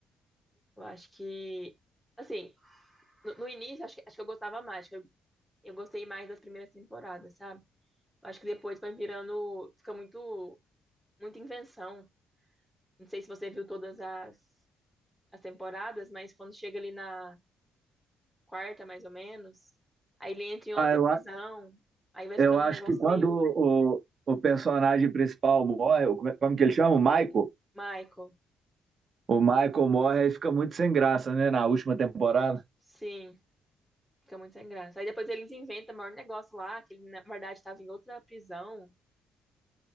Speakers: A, in the centre; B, on the right (about 50°).
A: Eu acho que, assim, no, no início, acho que, acho que eu gostava mais. acho que Eu, eu gostei mais das primeiras temporadas, sabe? Eu Acho que depois vai virando. Fica muito, muita invenção. Não sei se você viu todas as, as temporadas, mas quando chega ali na quarta, mais ou menos. Aí ele entra em outra
B: Ah, eu
A: prisão. Aí vai
B: Eu
A: ficando
B: acho
A: um negócio
B: que quando
A: meio
B: o, o, o personagem principal morre, como, é- como que ele chama? O Michael?
A: Michael.
B: O Michael morre aí fica muito sem graça, né? Na última temporada.
A: Sim, fica muito sem graça. Aí depois eles inventam o maior negócio lá, que ele na verdade estava em outra prisão.